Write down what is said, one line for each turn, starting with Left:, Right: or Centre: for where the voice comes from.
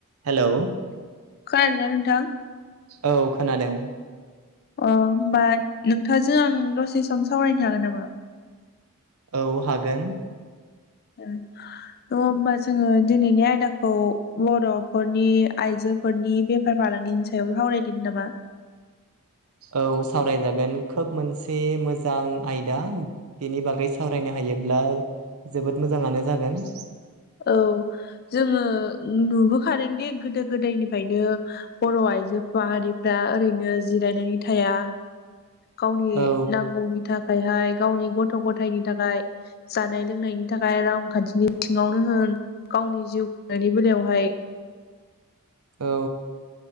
Right: हेलौ
Left: खोनादों ना नोंथां?
Right: औ खोनादों।
Left: अ होमबा नोंथांजों आं दसे सम सावरायनो हागोन नामा?
Right: औ हागोन।
Left: तो होमबा जोङो दिनैनि आयदाखौ बर'फोरनि आइजो लोगोफोरनि बेफार फालांगिनि सायावबो सावरायदिनि नामा?
Right: औ सावरायजागोन खोब मोनसे मोजां आयदा बेनि बागै सावरायनो हायोब्ला दा जोबोद मोजाङनो जागोन।
Left: औ जोङो नुबोखादोंदि गोदो गोदायनिफ्रायनो बर'आ आयजो फाहारिफ्रा ओरैनो जिरायनानै थाया। गावनि
Right: औ
Left: नांगौनि थाख थाखायहाय गावनि गथ' गथायनि थाखाय जानाय लोंनायनि थाखाय रांखान्थिनि सिङावनो होन गावनि जिउ खुंनायनि बेलायावहाय
Right: औ।